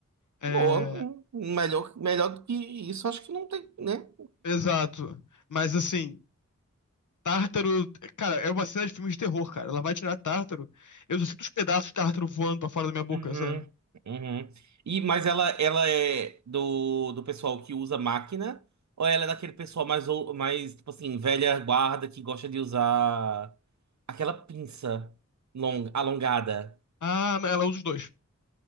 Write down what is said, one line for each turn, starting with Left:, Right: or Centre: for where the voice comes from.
Left: É,
Right: Boa, melhor, melhor do que isso, acho que não tem, né?
Left: exato. Mas assim, tártaro, cara, é uma cena de filme de terror, cara. Ela vai tirar tártaro. Eu só sinto os pedaços de tártaro voando pra fora da minha boca,
Right: Uhum,
Left: sabe?
Right: uhum. E, mas ela, ela é do, do pessoal que usa máquina, ou ela é daquele pessoal mais, ou- mais, tipo assim, velha guarda que gosta de usar aquela pinça long, alongada?
Left: Ah, ela usa os dois.